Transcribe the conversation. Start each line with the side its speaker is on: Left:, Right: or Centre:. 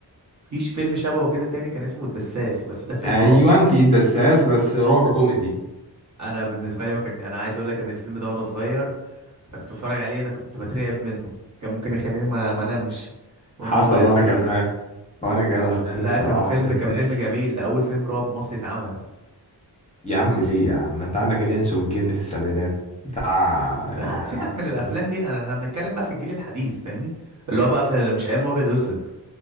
Right: فيش فيلم شبهه كده تاني كان اسمه الدساس بس ده فيلم
Left: ايوان
Right: رعب
Left: في الدساس بس رعب كوميدي
Right: انا بالنسبه لي ما كان انا عايز اقول لك ان الفيلم ده وانا صغير انا كنت بتفرج عليه انا كنت بترعب منه كان ممكن يخليني ما ما انامش وانا
Left: حصل
Right: صغير
Left: وانا
Right: الفيلم
Left: كمان
Right: ده
Left: وانا كمان
Right: لا
Left: الصراحه
Right: كان فيلم
Left: دساس
Right: كان فيلم جميل ده اول فيلم رعب مصري اتعمل
Left: يا عم ليه يا عم ما انت عندك الانس والجن في السبعينات بتاع آه،
Right: لا سيبك
Left: عادل
Right: من الافلام
Left: امام
Right: دي لان احنا بنتكلم بقى في الجيل الحديث فاهمني اللي هو بقى في مش ايام ابيض واسود